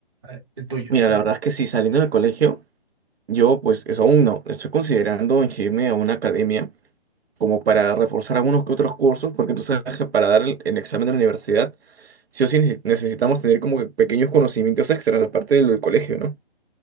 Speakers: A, on the right; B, on the right.
A: eh, el tuyo,
B: Mira,
A: ¿cómo
B: la verdad
A: es?
B: es que sí, saliendo del colegio, yo pues eso aún no. Estoy considerando inscribirme a una academia como para reforzar algunos que otros cursos, porque tú sabes que para dar el, el examen de la universidad, sí o sí neces- necesitamos tener como que pequeños conocimientos extras, aparte de lo del colegio, ¿no?